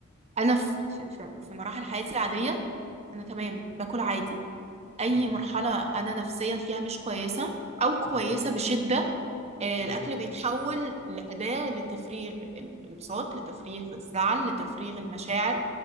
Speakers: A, on the right; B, on the left.
A: أنا في في في في مراحل حياتي العادية أنا تمام باكل عادي أي
B: مم،
A: مرحلة أنا نفسيا فيها مش كويسة أو كويسة
B: مم،
A: بشدة آه،
B: مم،
A: الأكل بيتحول لأداة لتفريغ الانبساط لتفريغ الزعل لتفريغ المشاعر